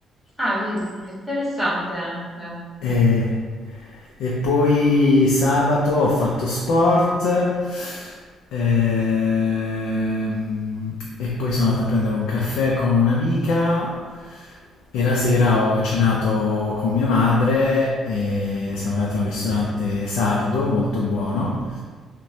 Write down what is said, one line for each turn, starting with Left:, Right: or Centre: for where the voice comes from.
Centre: Ah, vedi, è interessante anche.
Left: E, e poi sabato ho fatto sport ehm, e poi sono andato a prendere un caffè con un'amica e la sera ho cenato con mia madre e siamo andati a un ristorante sardo molto buono.